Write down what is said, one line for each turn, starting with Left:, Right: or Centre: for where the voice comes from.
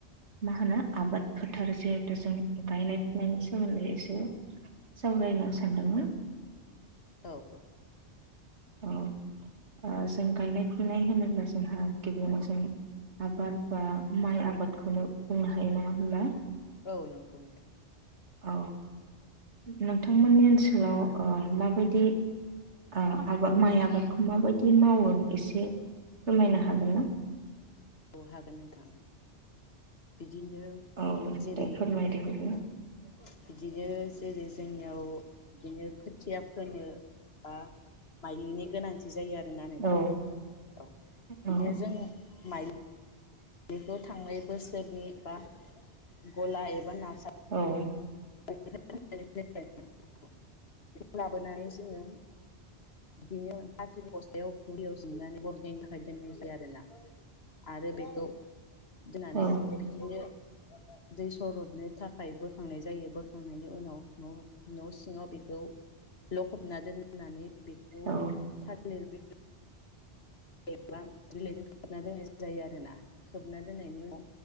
Right: मा होनो आबाद फोथार जिहेथु जों गायनाय फुनायनि सोमोन्दै ए से सावरायला सानदोंमोन।
Left: औ औ।
Right: अ ओ जों गायनाय फुनाय होनोब्ला जोंहा गिबियावनो जों आबाद बा माइ आबादखौनो बुंनो हा हायो नंङा होमब्ला?
Left: औ नंगौ नोंथां।
Right: औ नोंथांमोननि ओनसोलाव ओ माबायदि ओ आबाद माइ आबादखौ माबायदि मावो एसे फोरमायनो हागोन ना?
Left: औ हागोन नोंथां बिद दिनो
Right: औ
Left: जेरै
Right: दे फोरमायदो बिदिनो
Left: औ बिदिनो ज जेरै जोंनियाव बिदिनो खोथिया फोनो बा माइलिनि गोनांथ थि जायो आरो ना नोंथां
Right: औ
Left: औ बिदिनो
Right: औ
Left: जों माइलि बेखौ थांनाय बोसोरनि बा गला एबा नार
Right: औ औ।
Left: <unintelligible> बेव लाबोनानै ज जोङो बिदिनो फाथोनि बस्थायाव गरियाव सोमनानै हरनैनि थाखाय दोननाय जाया आरोना आरो बेखौ दोननानै
Right: औ
Left: बिदिनो दै सरदनो थाखाय बोखांनाय जायो बोख खांनायनि उनाव न' न' सिङाव बेख खौ लखबना दोननानै बेखौ
Right: औ
Left: थालिर बि बि बा बिलाइजों खोबना दोननाय जायो आरोना खोबना दोननायनि उनाव